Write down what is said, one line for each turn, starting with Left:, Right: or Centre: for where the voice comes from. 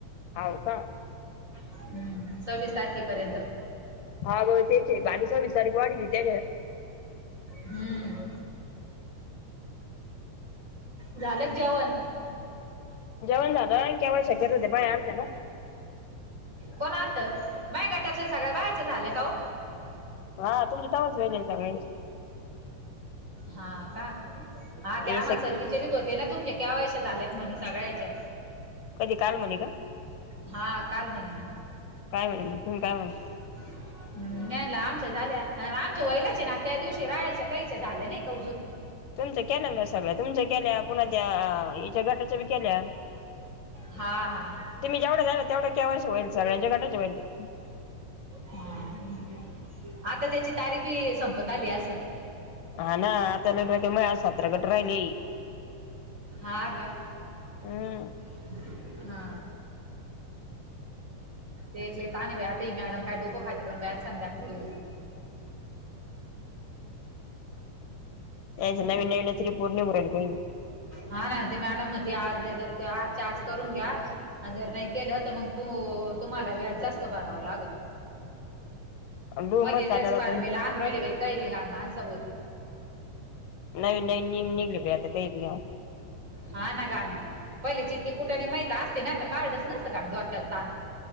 Left: हाव का?
Right: हम्म सव्वीस तारखेपर्यंत.
Left: हा बहूतेक ते बावीस सव्वीस तारीख वाढवली त्याने
Right: हम्म झालं का जेवण
Left: जेवण झालं अण के वाय सी करायला त्या बाया आलत्या ना
Right: कोण आलतं माय गटातल्या सगळ्या बायांच झालं का हो
Left: हा तुमचे तवाच व्हायले सगळ्यांचे
Right: हा का हा ते आम्हाला
Left: हे स
Right: सर विचारीत होते ना तुमच्या के वाय सी झाल्यात म्हणे सगळ्याच्या
Left: कधी काल म्हणले का
Right: हा काल म्हणे
Left: काय म्हणले तुम्ही काय म्हणले
Right: हम् <unintelligible> नेरला आमच्या झाल्या आमच्या वयलाचे ना त्या दिवशी राहायच्या काहीच्या झाल्या नाही का अजून
Left: तुमच्या केल्या ना सगळ्या तुमच्या केल्या पुन्हा त्या याच्या गटाच्या बी केल्या
Right: हा हा
Left: तुम्ही जेवढ्या जन आहे तेवढ्या के वाय सी होईल सगळ्यांच्या गटाच्या होईल त्या
Right: हा आता त्याची तारीख बी संपत आली आसल
Left: हा ना आता नाही माया आज सतरा गट राहिले
Right: हां का.
Left: हम्म
Right: हा ते एक लय ताण हाय बाई आता ही मॅडम काय डोकं खाती डायरेक्ट संध्याकाळी येई दे-
Left: <inaudible> तेच नवीन नवीनच रिपोर्ट नीऊ राहीली काय बी
Right: हा ना ते मॅडम मती आज नाही तर आज च्या आज करून घ्या. आणि जर नाही केलं तर मग तू तुम्हाला व्याज जास्त भरावं लागल.
Left: <inaudible> आणि डूमच
Right: मध्ये
Left: चालला
Right: लईच <unintelligible>
Left: आता
Right: फार मी लहान राहिली बा काही मी घान माणसाभोवती.
Left: नवीन नवीन नियम निघले बई आता काही बी
Right: हा ना गा. पहिलेच इतके कुठाने माहित असते ना तर काढलच नसतं का डोक्याला ताण.